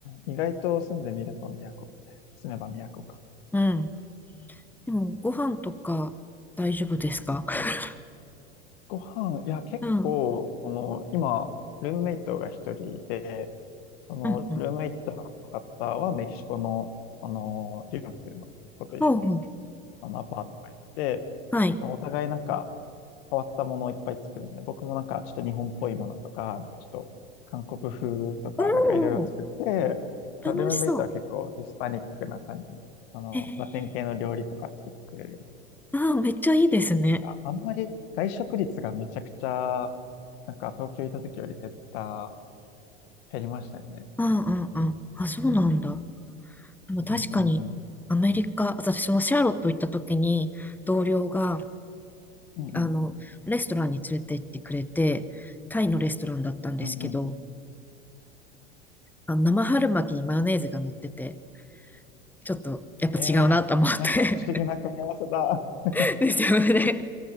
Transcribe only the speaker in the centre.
うん。でも、ご飯とか大丈夫ですか <laughs>
うん、
うん、うん。
ほうほう。
はい。
お
ー、楽しそ
う。へ
あーめっちゃいいですね。
うんうんうん。あ、そうなんだ。でも確かに、
アメリカ、私もシャーロット行った時に、同僚が、
あの、レストランに連れて行ってくれて、タイのレストランだったんですけど、
あの生春巻きにマヨネーズが乗ってて、ちょっとやっぱ違うなと思って
<laughs> ですよね。